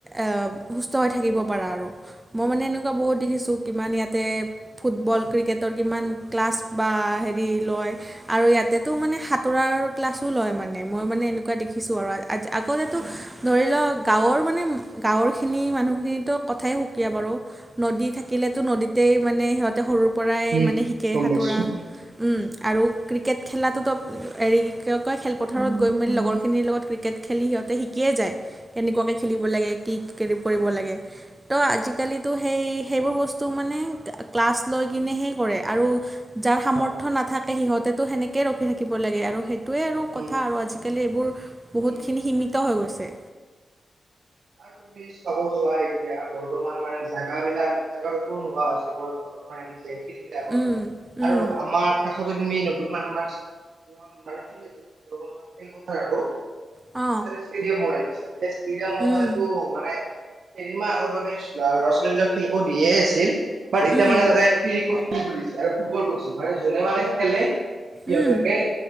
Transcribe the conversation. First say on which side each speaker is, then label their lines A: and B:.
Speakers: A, on the right (about 20°); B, on the right (about 70°).
A: আঁ সুস্থ হৈ থাকিব পাৰা আৰু মই মানে এনেকুৱা বহুত দেখিছো কিমান ইয়াতে ফুটবল ক্ৰিকেটৰ কিমান ক্লাছ বা হেৰি লয় আৰু ইয়াতেটো মানে সাঁতোৰাৰ ক্লাছো লয় মানে মই মানে এনেকুৱা দেখিছো আৰু আগতেটো ধৰি লোৱা গাঁৱৰ মানে গাঁৱৰ খিনি মানুহখিনিতো কথাই সুকীয়া বাৰু নদী থাকিলেতো নদীতেই মানে সিহঁত এটিয়া সৰুৰ পৰাই
B: উম
A: মানে শিকে
B: গম
A: সাঁতোৰা
B: পাইছো।
A: আৰু ক্ৰিকেট খেলাটোতো হেই কি কয় খেলপথাৰত গৈ মেলি লগৰখিনিৰ লগত ক্ৰিকেট খেলি সিহঁতে শিকিয়ে যায় কেনেকুৱাকে খেলিব লাগে কি কৰিব লাগে ত আজি কালি তো সেই সেইবোৰ বস্তু মানে ক্লাছ লৈ কিনেহে কৰে আৰু যাৰ সামৰ্থ্য
B: অ
A: নাথাকে সিহঁতেতো সেনেকেই ৰখি থাকিব লাগে আৰু সেই সেইটোৱেই আৰু
B: উম
A: কথা আৰু আজিকালি এইবোৰ বহুতখিনি
B: উম
A: সীমিত হৈ গৈছে।
B: তুমি চাব যোৱা এতিয়া বৰ্তমান মানে জগাবিলাক জাগা একো নোহোৱা হৈছে। দৰমহা দিছে সেই বিলাকত
A: উম, উম,
B: আৰু আমাৰ কাষতে তুমি তোমাৰ আমাৰ খেল পথাৰ আৰু
A: অ
B: ফ্ৰীতে কৰাই দিছে <unintelligible>
A: উম,
B: নাইতো নাই। কেইদিনমান আগৰ লকে ল'ৰা ছোৱালীবিলাক খেলিব দিয়ে আছিল বা এতিয়া
A: উম,
B: মানে সিহতে ফ্ৰী কৰিচে আৰু ফুটবল কৰিছ মানে যোনে মানে খেলে সিহঁতকে
A: উম,